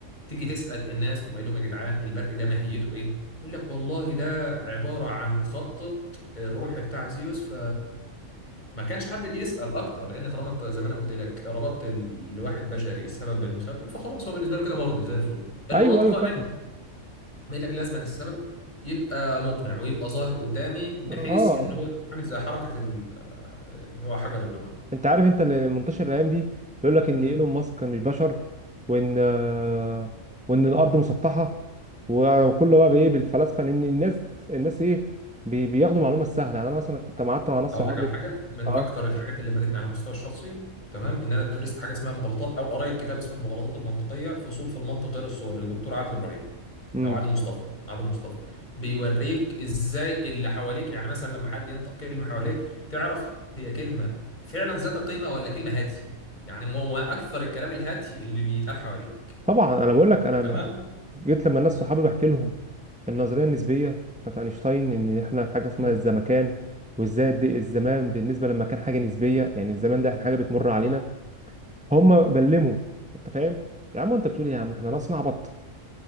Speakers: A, on the left; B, in the centre.
A: تيجي تسأل الناس تقوم قايل لهم يا جدعان البرق ده ماهيته ايه يقول لك والله ده عبارة عن خبطة الرمح بتاع زيوس ما كانش حد بيسأل اكتر لان طالما انت زي ما انا قلت لك ربطت ال- لواحد بشري السبب بالمسبب فخلاص هو بالنسبه له كده مرضي زي الفل المناطق
B: ايوه ايوه
A: امان
B: فاهم
A: يقول لك لازما السبب يبقى مقنع ويبقى ظاهر قدامي بحيث
B: اه
A: ان هو يكون عامل زي حركه ال- اللي هو حجر الدمعه
B: انت عارف انت اللي منتشر الايام دي بيقول لك ان
A: مم.
B: ايلون ماسك مش بشر وان آه، وان الارض مسطحه وكله بقى بايه بالفلسفه ان الناس الناس ايه بي- بياخدوا معلومه سهله يعني انا مثلا كنت قعدت مع ناس صحابي
A: اقول لك على حاجه من
B: اه
A: اكتر الحاجات اللي فادتني على المستوى الشخصي تمام ان انا درست حاجه اسمها مغالطات او قريت كتاب اسمه المغالطات المنطقيه فصول في المنطق غير الصوري للدكتور عادل ابراهيم
B: امم
A: او عادل مصطفى عادل مصطفى بيوريك ازاي اللي حواليك يعني مثلا لما حد ينطق كلمه حواليك تعرف هي كلمه فعلا ذات قيمه ولا كلمه هاتي يعني ما هو اكثر الكلام الهاتي اللي بيتقال حواليك
B: طبعا انا بقول لك انا
A: تمام
B: ما- جيت لما الناس صحابي بحكي لهم النظريه النسبيه بتاعت اينشتاين ان احنا في حاجه اسمها
A: مم.
B: الزمكان وازاي قد إيه الزمان بالنسبه لما كان حاجه نسبيه يعني الزمان ده احنا حاجه بتمر علينا
A: مم.
B: هم بلموا انت فاهم يا عم انت بتقول ايه يا عم احنا
A: مم.
B: ناس نعبط